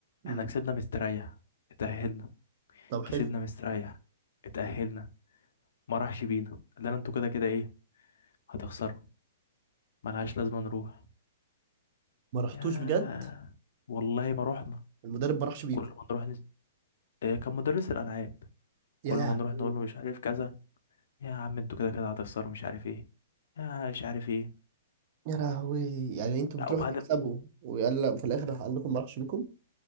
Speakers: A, on the right (about 40°); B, on the left (about 70°).
A: امم
B: احنا كسبنا مستريح اتأهلنا
A: طب حلو
B: كسبنا مستريح اتأهلنا ما راحش بينا قال لنا انتوا كده كده ايه هتخسروا ملهاش لازمة نروح
A: ما رحتوش
B: ياه
A: بجد
B: والله ما رحنا
A: المدرب ما راحش بيكم
B: كل ما نروح نس... آه، كان مدرس الألعاب
A: يا
B: كل
A: لهوي
B: ما نروح نقول له مش عارف كذا يا عم انتوا كده كده هتخسروا مش عارف ايه يا مش عارف ايه
A: يا لهوي يعني انتوا
B: لا
A: بتروحوا
B: وبعد
A: تكسبوا ويقلق وفي الاخر راح قال لكم ما راحش بيكم